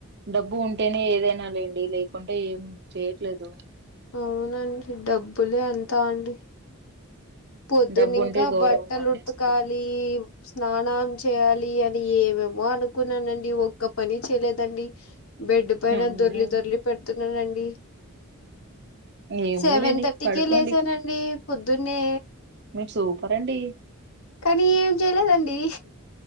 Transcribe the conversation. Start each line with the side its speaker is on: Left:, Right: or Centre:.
Right: డబ్బు ఉంటేనే ఏదైనా లేండి లేకుంటే ఏం చేయట్లేదు
Left: అవునండి డబ్బులే అంతా అండి పొద్దున్న
Right: డబ్బు
Left: ఇంకా
Right: ఉంటే గౌరవం
Left: బట్టలు
Right: అన్నేస్తది
Left: ఉతకలి ఈ స్నానం చేయాలి అని ఏమేమో అనుకున్నానండి ఒక ఒక పని చేయలేదండి బెడ్ పైన
Right: అవునా
Left: దొర్లి దొర్లి పెడుతున్నానండి
Right: ఏముందిలేండి
Left: సెవెన్ థర్టీకే
Right: పడుకోండి
Left: లేసానండి పొద్దున్నే
Right: మీరు సూపర్ అండి
Left: కానీ ఏం చేయలేదండి